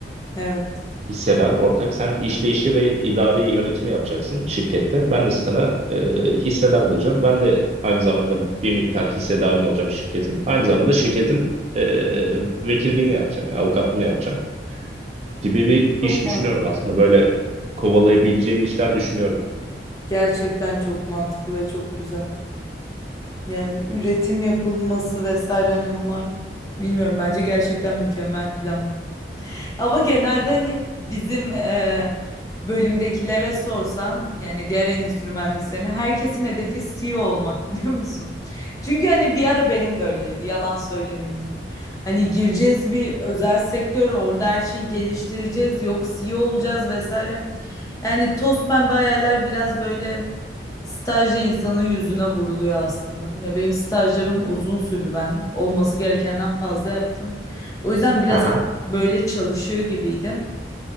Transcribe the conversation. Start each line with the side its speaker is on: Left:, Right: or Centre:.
Left: Evet.
Right: hissedar ortak. Sen işleyişi ve idari yönetimi yapacaksın şirkette. Ben de sana e, hissedar bulacağım. Ben de aynı zamanda bir miktar hissedarın olacağım şirketin. Aynı zamanda şirketin e, vekilliğini yapacağım, yani avukatlığını yapacağım gibi bir
Left: Çok
Right: iş
Left: mantıklı.
Right: düşünüyorum aslında. Böyle kovalayabileceğim işler düşünüyorum.
Left: Gerçekten çok mantıklı ve çok güzel. Yani üretim yapılması vesaire hani bunlar bilmiyorum bence gerçekten mükemmel planlar. Ama genelde hani bizim e, bölümdekilere sorsan yani diğer endüstri mühendislerine herkesin hedefi CEO olmak <laughs> biliyor musun? Çünkü hani bir ara benim de öyleydi yalan söylemeyeyim yani. Hani gireceğiz bir özel sektör orada her şeyi geliştireceğiz yok CEO olacağız vesaire. Yani toz pembe hayaller biraz böyle stajda insanın yüzüne vuruluyor aslında. Ya benim stajlarım uzun sürdü ben olması gerekenden fazla yaptım. O yüzden biraz
Right: Aha.
Left: böyle çalışıyor gibiydim.